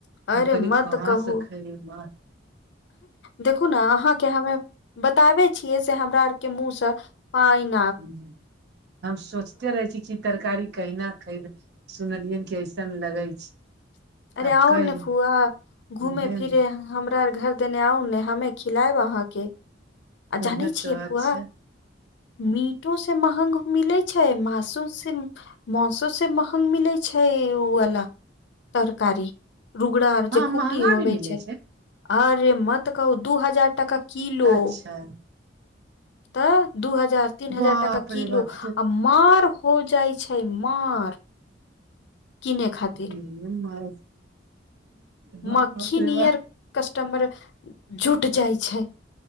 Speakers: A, on the right (about 60°); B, on the left (about 65°).
A: मु
B: अरे
A: कहले
B: मत
A: कहाँ
B: कहू
A: से खाय बात
B: देखू ने अहाँके हमे बताबे छियै से हमरा आर के मुँह से पाइन
A: हु हम सोचते रहै छी कि तरकारी कहिना खइबे सुनलियन कि ऐसन लगै छै
B: अरे
A: आब
B: आउ
A: कहि
B: न फूआ घूमे
A: उहे
B: फिरे यहाँ हमरा आर घर देने आउ ने हमे खिलायएब अहाँके आ जानै
A: उहे
B: छियै
A: तऽ अच्छा
B: फुआ मीटो से महंग मिलै छै मासू से मासो से महग मिलैत छै ओ वाला तरकारी रुगड़ा
A: हँ
B: जे खुखरी
A: महंगा
B: होबै
A: भी मिलै
B: छै अरे मतऽ कहू दू हजार टाका किलो
A: अच्छा
B: तऽ दू हजार तीन हजार
A: बाप
B: टाका किलो
A: रे बाप
B: आ मार हो जाइ छै मार किने खातिर
A: <unintelligible> बाप
B: मक्खी
A: रे
B: नियर
A: बाप
B: कस्टमर जुट जाइ छै